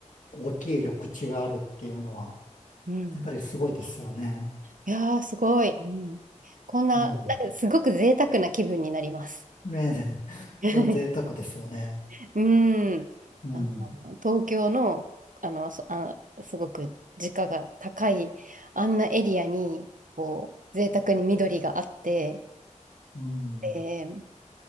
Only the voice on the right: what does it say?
うん。
いやー、すごい。うん。こんな、
なんかすごく贅沢な気分になります。
<laughs>
うん。<laughs>
あの、東京の、あの、そ、あ、すごく時価が高い、あんなエリアに、こう、贅沢に緑があって、
で